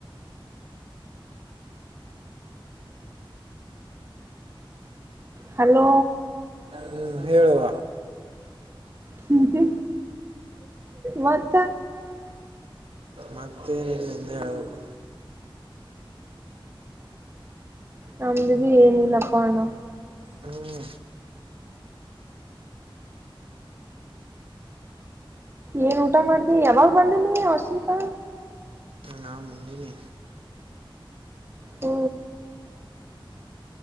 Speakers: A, on the right; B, on the right.
A: ಹಲೋ
B: ಹ್ಮ್, ಹೇಳುವ
A: ಹ್ಮ ಮತ್ತ
B: ಮತ್ತೆೇನಿಲ್ಲ ನಿಂದೇ ಹೇಳ್ಬೇಕು
A: ನಮ್ದ ಬಿ ಏನಿಲ್ಲಪ್ಪಣ
B: ಹೇಳಬೇಕು ಹ್ಞೂ
A: ಏನ್ ಊಟ ಮಾಡ್ದಿ ಯಾವಾಗ ಬಂದನಿ ಹಾಸ್ಟೆಲಕಾ
B: ನಾ ಮುಂದಿನಿ
A: ಹ್ಮ